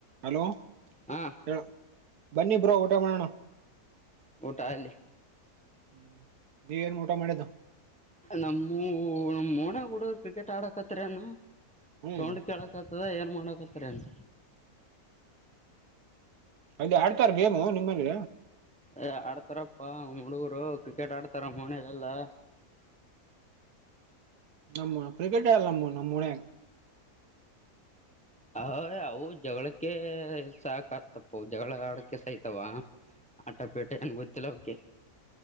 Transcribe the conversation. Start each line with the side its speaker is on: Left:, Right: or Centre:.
Right: Hello
Centre: ಹಾ
Right: ಹೇಳು ಬನ್ನಿ ಬ್ರೋ ಊಟ ಮಾಡಣ.
Centre: <unintelligible>
Right: <unintelligible> ಮಾಡಿದ್ದು
Centre: ನಮ್ಮುವು. ನಮ್ಮ ಓಣಗ್ ಹುಡುಗ್ರು ಕ್ರಿಕೆಟ್ ಆಡಕತ್ತರೇನು.
Right: ಹ್ಮ್
Centre: ಸೌಂಡ್ ಕೆಳಕತ್ತ. ಅದ ಏನು ಮಾಡಕತ್ತರ ಏನು.
Right: ಅದೆ ಆಡ್ತಾರ ಗೇಮು ನಿಮ್ಮಲ್ಲಿ.
Centre: ಏ ಆಡ್ತಾರಪ್ಪಾ ನಮ್ ಹಡುಗರು ಕ್ರಿಕೆಟ್ ಆಡ್ತಾರ ನಮ್ ಒನ್ಯಾಗ್ ಎಲ್ಲಾ.
Right: ನಮ್ಮ ಕ್ರಿಕೆಟ್ ಇಲ್ಲಾ ನಮ್ಮ ನಮ್ಮ ಒನ್ಯಾಗ್.
Centre: ಅ ಅವು ಜಗಳಕ್ಕೆ ಸಾಕ ಆತಪ್ಪ ಜಗಳ ಆಡಕ ಸಾಯತಾವ ಆಟ ಪೇಟೆ ಏನ್ ಗೊತ್ತಿಲ್ಲ ಅವಿಕ್ಕೆ.